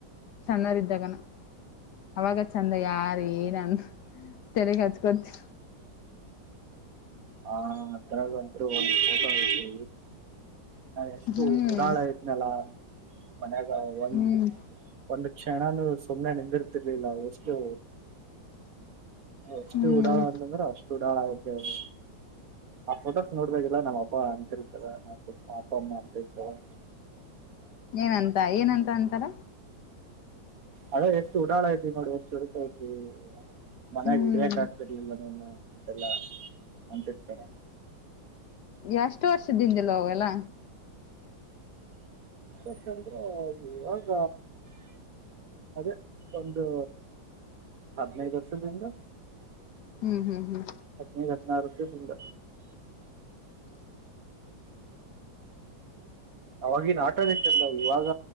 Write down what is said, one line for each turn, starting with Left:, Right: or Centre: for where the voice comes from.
Left: ಸಣ್ಣೋರ್ ಇದ್ದಾಗನ ಅವಾಗ ಚಂದ ಯಾರ ಏನ ಅಂದ ತೆಲಿಗ ಹಚ್ಕೊತಿ
Right: ಹ ಅದ್ರಗಂತ್ರು ಒಂದು ಫೋಟೊ ಐತಿ. ತಿ ಎಷ್ಟು
Left: ಹ್ಮ್
Right: ಉಡಾಳ ಇದ್ನಲ. ಮನ್ಯಾಗ ಒಂದು
Left: ಹ್ಮ್
Right: ಒಂದ ಕ್ಷಣನು ಸುಮ್ನೆ ನಿಂದರ್ತಿರ್ಲಿಲ್ಲ ವಸ್ಟು. ಎಷ್ಟು
Left: ಹ್ಮ್
Right: ಉಡಾಳ ಅಂತಂದ್ರ ಅಷ್ಟು ಉಡಾಳ ಆಗತ ತ ಆ ಫೋಟೋಸ್ ನೋಡ್ಬೇಕಿಲ್ಲ ನಮ್ಮ ಅಪ್ಪ ಅಂತಿರ್ತಾರ ನಮ್ಮ ಅಪ್ಪ ಅಮ್ಮ ಅಂತಿರ್ತಾರೆ.
Left: ಏನಂತ ಏನಂತ ಅಂತಾರ.
Right: ಅದ ಎಷ್ಟು ಉಡಾಳಯ್ತಿ ನೋಡು ಎಷ್ಟು ಚುರ್ಕಾಯ್ತಿ. ಮನ್ಯಾಗ
Left: ಹ್ಮ್
Right: ಹಿಡಿಯಕ್ ಆಗ್ತಿರ್ಲಿಲ್ಲ ನೀನ್ನ. ಅಂತೆಲ್ಲಾ ಅಂತಿರ್ತಾರ
Left: ಎಷ್ಟು ವರ್ಷದಿಂದಿಲ್ಲ ಅವೆಲ್ಲ.
Right: ಎಷ್ಟ ಅಂದ್ರ ಇವಾಗ ಅದೇ ಒಂದು ಹದ್ನೈದ ವರ್ಷದಿಂದ.
Left: ಹ್ಮ್ ಹ್ಮ್ ಹ್ಮ್
Right: ಹದ್ಮೈದ ಹದ್ಮಾರ್ ವರ್ಷದ ಹಿಂದ.. ಅವಾಗಿನ್ ಆಟನ ಚಂದ ಇವಾಗ